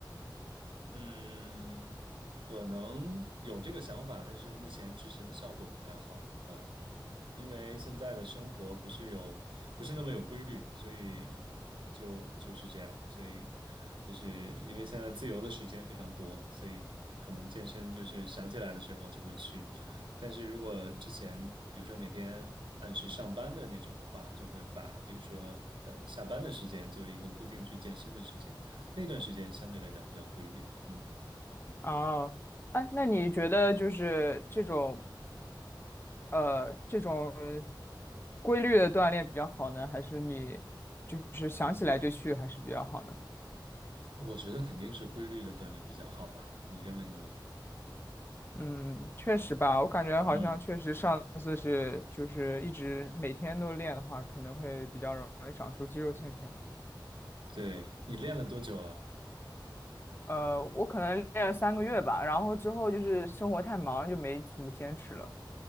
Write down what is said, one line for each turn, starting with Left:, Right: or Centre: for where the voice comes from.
Right: 嗯，可能有这个想法，但是目前执行的效果不太好。嗯，因为现在的生活不是有，不是那么有规律，所以就就是这样。所以就是因为现在自由的时间非常多，所以可能健身就是想起来的时候就会去。但是如果之前，比如说每天按时上班的那种的话，就会把比如说呃下班的时间作为一个固定去健身的时间。那段时间相对来讲比较规律，嗯，
Left: 哦，哎，那你觉得就是这种呃这种。规律的锻炼比较好呢，还是你就是想起来就去还是比较好呢？
Right: 我觉得肯定是规律的锻炼比较好吧，你认为呢？
Left: 嗯，确实吧，我感觉好像确实上次是就是一直每天都练的话，
Right: 嗯，
Left: 可能会比较容易长出肌肉线条。
Right: 对，你练了多久了？
Left: 呃，我可能练了三个月吧，然后之后就是生活太忙了就没怎么坚持了。